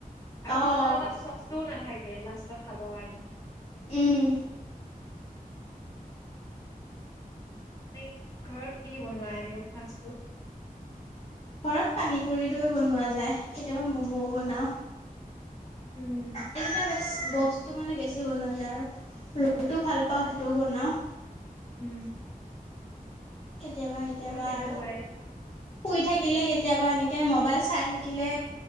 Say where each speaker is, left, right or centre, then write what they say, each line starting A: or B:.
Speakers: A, on the left; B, on the left.
A: আৰু
B: অঁ
A: কিছুমান চচও নাথাকে লাষ্টত খাবৰ কাৰণে।
B: উম।
A: উম। <unintelligible> এনে ঘৰত কি কি বনোৱা এনেকে ফাষ্টফুড।
B: ঘৰত পানী পুৰি দৈ বনোৱা যায় কেতিয়াবা ম'ম'ও বনাওঁ।
A: উম
B: এই দুটা বস্তু মানে বেছি বনোৱা যায় আৰু ৰদো ভাল পাওঁ সেইটোও বনাও।
A: উম।
B: কেতিয়াবা কেতিয়াবা
A: মোৰো তেনেকুৱাই
B: আৰু শুই থাকিলে কেতিয়াবা এনেকে মবাইল। চাই থাকিলে